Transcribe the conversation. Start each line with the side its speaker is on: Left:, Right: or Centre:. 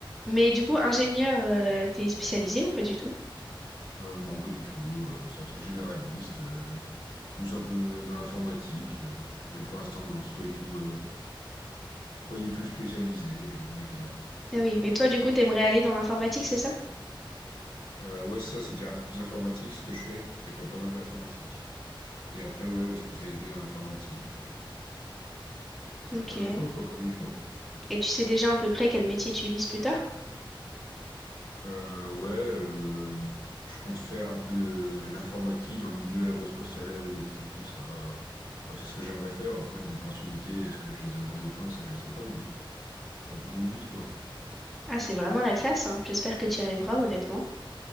Centre: Mais du coup, ingénieur, euh, t'es spécialisé ou pas du tout?
Left: Heu, non, pas du tout, heu, c'est un truc généraliste, heu, plus un peu euh, dans l'informatique, heu, mais pour l'instant, non, c'est pas du tout, heu, pas du tout spécialisé, heu, ni rien.
Centre: Ah oui, mais toi, du coup, t'aimerais aller dans l'informatique, c'est ça?
Left: Heu, ouais, ça, c'est déjà un peu plus informatique, ce que je fais. Il y a quand même pas mal d'informatique et après, ouais, spécialité dans l'informatique, heu et faire
Centre: Ok.
Left: plein
Centre: Et
Left: d'infos, quoi, comme il faut.
Centre: tu sais déjà à peu près quel métier tu vises plus tard?
Left: Heu, ouais, hem, je compte faire un peu de l'informatique dans le milieu aérospatial, aéronautique, tout ça, Ouais, c'est ce que j'aimerais faire. Après, les opportunités, est-ce que je les aurai ou pas? Ça, je sais pas, mais c'est un peu mon but, quoi.
Centre: Ah, c'est vraiment la classe, hein. J'espère que tu y arriveras, honnêtement.